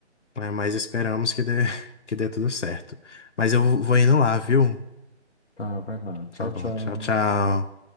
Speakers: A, on the left (about 85°); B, on the left (about 65°).
A: É, mas esperamos que dê, <laughs> que dê tudo certo. Mas eu vou indo lá, viu?
B: Tá, vai lá. Tchau,
A: Tá bom,
B: tchau.
A: tchau, tchau.